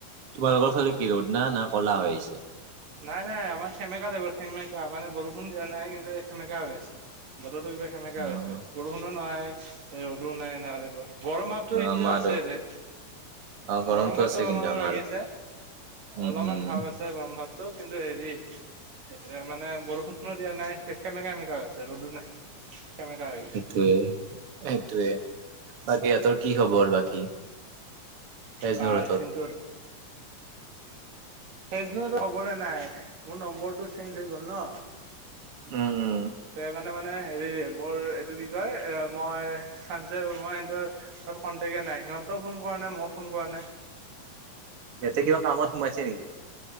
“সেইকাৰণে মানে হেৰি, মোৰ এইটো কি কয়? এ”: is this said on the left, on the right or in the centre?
Right